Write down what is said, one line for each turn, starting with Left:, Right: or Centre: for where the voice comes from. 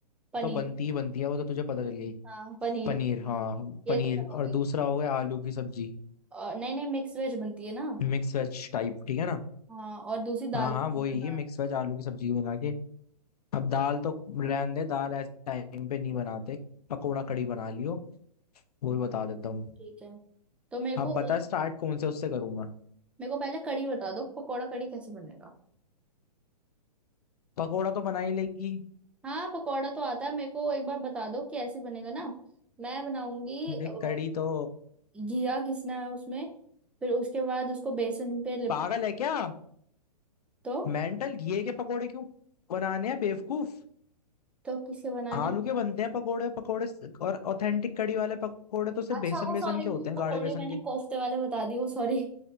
Centre: पनीर
Left: तो बनती ही बनती है वो तो तुझे पता चल गई
Centre: हाँ पनीर
Left: पनीर हाँ
Centre: ये
Left: पनीर
Centre: तो बने
Left: और
Centre: गई
Left: दूसरा हो गया आलू की सब्जी
Centre: और नहीं नहीं मिक्स वेज बनती है ना
Left: मिक्स वेज टाइप ठीक है ना
Centre: हाँ और दूसरी दाल
Left: हाँ
Centre: मखनी
Left: हाँ वही
Centre: बनाना
Left: मिक्स वेज आलू की सब्जी बना के अब दाल तो रहने दे दाल ऐसे टाइम पे नहीं बनाते पकोड़ा कड़ी बना लियो वो भी बता देता हूँ
Centre: ठीक है तो मेरे
Left: अब
Centre: को
Left: बता स्टार्ट कौन से उससे करूंगा
Centre: मेरे को पहले कड़ी बता दो पकौड़ा कड़ी कैसे बनेगा
Left: पकोड़ा तो बना ही लेगी
Centre: हाँ पकौड़ा तो आता है मेरे को एक बार बता दो कि ऐसे बनेगा ना मैं बनाऊंगी अ,
Left: देख कड़ी तो
Centre: घिया घिसना है उसमें फिर उसके बाद उसको बेसन पे लिपटा
Left: पागल है क्या
Centre: तो
Left: मेंटल घिए के पकोड़े क्यों बनाने हैं बेवकूफ
Centre: तो किसके बनाने
Left: आलू के बनते हैं पकोड़े पकोड़े स- और ऑथेंटिक कड़ी वाले पकोड़े तो सिर्फ
Centre: अच्छा
Left: बेसन
Centre: वो
Left: बेसन
Centre: सॉरी
Left: के
Centre: वो
Left: होते हैं
Centre: पकोड़े
Left: गाढ़े बेसन
Centre: मैंने
Left: के
Centre: कोफ्ते वाले बता दिए वो सॉरी